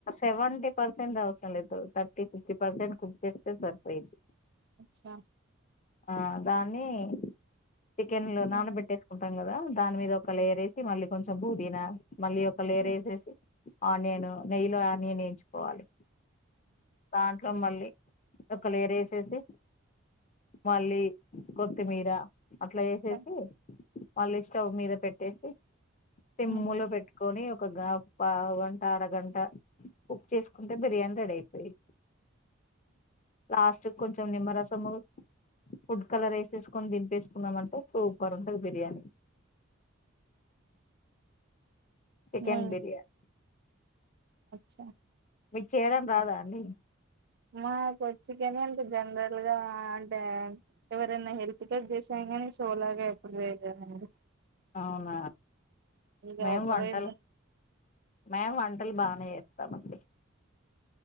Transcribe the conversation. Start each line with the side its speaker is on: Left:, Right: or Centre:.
Left: సెవెంటీ పర్సెంట్ అవసరం లేదు థర్టీ ఫిఫ్టీ పర్సెంట్ కుర్ చేస్తే సరిపోయింది
Right: అచ్చా
Left: ఆ దాన్ని చికెన్ లో నాన
Right: ఉమ్
Left: పెట్టేకుంట ం కదా దాని మీద ఒక లేర్ేసి మళ్ళీ కొంచంుదీనా మళ్ళీ ఒక లేర
Right: ఉమ్
Left: వేసేసి ఆనియన్ నెయ్యిలో ఆనియన్ వెంచుకోవాలి దాంట్లో మళ్ళీ ఒక లేరు వేసేసి మళీ కొత్తిమీర అట్లా వేసేసి
Right: ఉమ్
Left: మళ్ళీ స్టవ్ మీద పెట్టేసి సిమ్ములో
Right: ఉమ్
Left: పెట్టుకొని ఒక పా గంట అరగంట కుక్ చేసుకుంటే బిర్యానీ రెడీ అయిపోయి లాస్ట్ కొంచెం నిమ్మరసము ఫుడ్ కలర్ వేసేసుకొని దింపేసుకున్నామంటే సూపర్ ఉంటది బిర్యానీ చికెన్
Right: హు
Left: బిర్యానీ
Right: చ్యాట్‌
Left: మీక్ చేయడం రాదా అండి
Right: మాకోచ్చు గాని అంటే జనరల్ గా అంటే ఎవరైనా హెల్పతో చేశాం కానీ సోలోగా ఎప్పుడు చేయలేదండి
Left: అవున
Right: ఇక
Left: మేము
Right: ఒకరు
Left: వంటల్‌
Right: ఇద్దరు
Left: మేము వంటల్‌ బానే సమండి